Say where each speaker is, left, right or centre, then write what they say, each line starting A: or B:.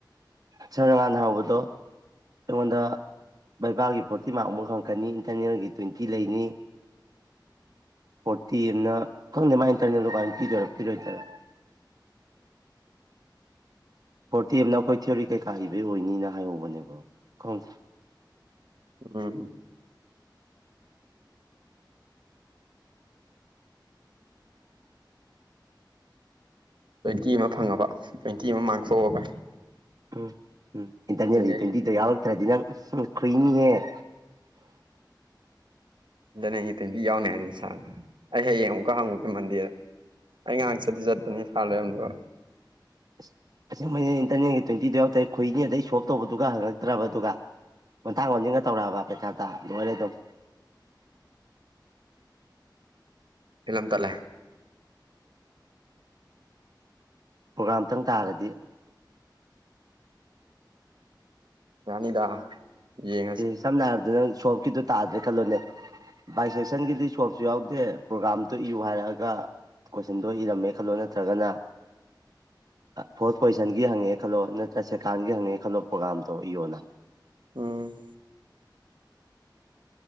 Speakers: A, on the right (about 55°); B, on the right (about 80°).
A: ꯆꯔꯉꯥꯅ ꯍꯧꯕꯗꯣ ꯑꯩꯉꯣꯟꯗ ꯕꯩꯕꯥꯒꯤ ꯐꯣꯔꯇꯤ ꯃꯥꯔꯛ ꯑꯃꯨꯛ ꯍꯪꯉꯛꯀꯅꯤ ꯏꯟꯇꯔꯅꯦꯜꯒꯤ ꯇ꯭ꯋꯦꯟꯇꯤ ꯂꯩꯅꯤ ꯐꯣꯔꯇꯤ ꯑꯝꯅ ꯈꯪꯗꯦ ꯃꯥꯏ ꯏꯟꯇꯔꯅꯦꯜ ꯗꯨꯀꯃꯥꯏ ꯄꯤꯗꯣꯏ ꯄꯤꯔꯣꯏꯗꯣꯔ
B: <inaudible>
A: ꯐꯣꯔꯇꯤ ꯑꯝꯅ ꯑꯩꯈꯣꯏ ꯊꯤꯑꯣꯔꯤ ꯀꯩꯀꯥ ꯏꯕꯩ ꯑꯣꯏꯅꯤꯅ ꯍꯥꯏꯍꯧꯕꯅꯦꯕ ꯈꯪ
B: ꯎꯝ ꯇ꯭ꯋꯦꯟꯇꯤ ꯑꯃ ꯐꯪꯉꯕ ꯇ꯭ꯋꯦꯟꯇꯤ ꯑꯃ ꯃꯥꯡꯊꯣꯛꯑꯕ
A: ꯎꯝ ꯎꯝ ꯏꯟꯇꯔꯅꯦꯜꯒꯤ
B: ꯑꯗꯨꯅꯤ ꯑꯩꯒꯤ
A: ꯇꯋꯦꯟꯇꯤꯗꯣ ꯌꯥꯎꯔꯛ ꯇꯔꯗꯤ ꯅꯪ ꯏꯍꯦ
B: ꯏꯟꯇꯔꯅꯦꯟꯒꯤ ꯇꯨꯋꯤꯟꯇꯤ ꯌꯥꯎꯅꯤ ꯍꯥꯏꯗꯨꯗꯤ ꯁꯥꯔꯅ ꯑꯩ ꯍꯌꯦꯡ ꯑꯃꯨꯛꯀ ꯍꯪꯉꯨꯒꯦ ꯃꯟꯗꯦꯗ ꯑꯩ ꯉꯥꯍꯥꯡ ꯆꯠꯗꯤ ꯆꯠꯄꯅꯤ ꯁꯥꯔ ꯂꯩꯔꯝꯗꯕ
A: ꯑꯁ ꯑꯁꯦꯡꯃꯩꯅ ꯏꯟꯇꯔꯅꯦꯟꯒꯤ ꯇ꯭ꯋꯦꯟꯇꯤꯗꯣ ꯌꯥꯎ ꯇꯔꯦꯠ ꯈꯨꯨꯏꯅꯤ ꯑꯗꯩ ꯁꯣꯞ ꯇꯧꯕꯗꯨꯒ ꯍꯪꯉꯛꯇ꯭ꯔꯕ ꯑꯗꯨꯒ ꯈꯣꯟꯊꯥꯡ ꯑꯣꯟꯖꯤꯟꯒ ꯇꯧꯔꯛꯑꯕ ꯄꯩꯈꯥꯗ ꯂꯣꯏꯔꯦ ꯑꯗꯨꯝ
B: <inaudible> ꯐꯤꯂꯝ ꯇꯠꯂꯦ
A: ꯄꯔꯣꯒꯥꯝꯇꯪ ꯇꯥꯔꯗꯤ
B: ꯌꯥꯅꯤꯗ ꯌꯦꯡꯉꯁꯤ
A: ꯑꯦ ꯁꯝꯅ ꯍꯥꯏꯔꯕꯗ ꯅꯪ ꯁꯣꯞꯀꯤꯗꯣ ꯇꯥꯗ꯭ꯔꯦ ꯈꯜꯂꯣꯅꯦ ꯚꯏ ꯁꯦꯛꯁꯟꯒꯤꯗꯤ ꯁꯣꯞꯁꯨ ꯌꯥꯎꯗꯦ ꯄ꯭ꯔꯣꯒꯥꯥꯝꯇꯨ ꯏꯌꯨ ꯍꯥꯏꯔꯛꯑꯒ ꯀꯣꯏꯁꯟꯗꯣ ꯏꯔꯝꯃꯦ ꯈꯜꯂꯣ ꯅꯠꯇ꯭ꯔꯒꯅ ꯐꯣꯔꯁ ꯄꯣꯖꯤꯁꯟꯒꯤ ꯍꯪꯉꯦ ꯈꯜꯂꯣ ꯅꯠꯇ꯭ꯔ ꯁꯦꯀꯥꯟꯒꯤ ꯍꯪꯉꯦ ꯈꯜꯂꯣ ꯄ꯭ꯔꯣꯒꯥꯝꯇꯣ ꯏꯌꯣꯅ
B: ꯎꯝ